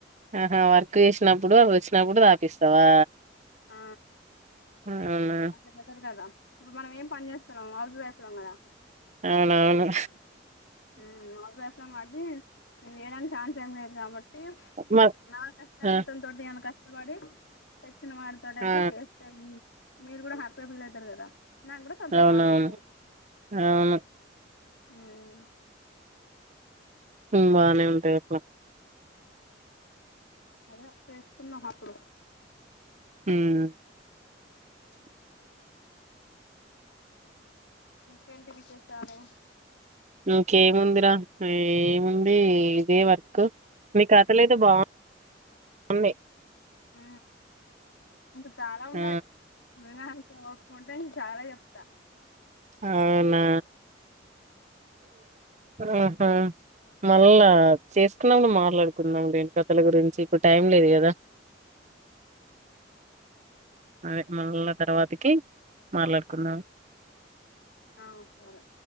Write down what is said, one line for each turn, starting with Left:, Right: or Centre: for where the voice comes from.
Right: ఆహా వర్క్ చేసినప్పుడు అవి వచ్చినప్పుడు తాపిస్తావా
Left: ఆ
Right: అవునా
Left: అట్లా బెటర్ గదా ఇప్పుడు మనం ఏం పని చేస్తున్నాం హౌస్ వైఫ్ లం గదా
Right: అవునవును
Left: ఉమ్ హౌస్ వైఫ్ లం కాబట్టి నేను చేయడానికి ఛాన్స్ ఏం లేదు కాబట్టి
Right: మ
Left: నా కష్టార్జితం
Right: ఆ
Left: తోటి ఏమన్నా క కష్టపడి తెచ్చుకున్న మాడితోటైతే
Right: ఆ
Left: చేస్తేయి మీరు గూడా హ్యాపీగా ఫీల్ అయితరు గదా నాకు కూడా సంతోషం
Right: అవునవును
Left: అనిపిస్తుంది
Right: అవును
Left: ఉమ్
Right: ఉమ్ బానే ఉంటాయి అట్లా
Left: అదే చేసుకున్నాం అప్పుడు
Right: హమ్
Left: ఇంకేంటి విశేషలు
Right: ఇంకేముందిరా ఏముంది ఇదే వర్క్ మీకుథ లేదు బాగు అమ్న్న
Left: ఉ ఇంకా చాలా ఉన్నాయి
Right: ఆ
Left: వినడానికి ఓపిక ఉంటే చాలా చెప్
Right: అవునా ఆహా మళ్ళా చేసుకున్నప్పుడు మాట్లాడుకుందాం లేేని కథల గురించి ఇప్పుడు టైం లేదు కదా అదే మళ్ళా తర్వాతకి మాట్లాడుకుందాం
Left: ఆ సరే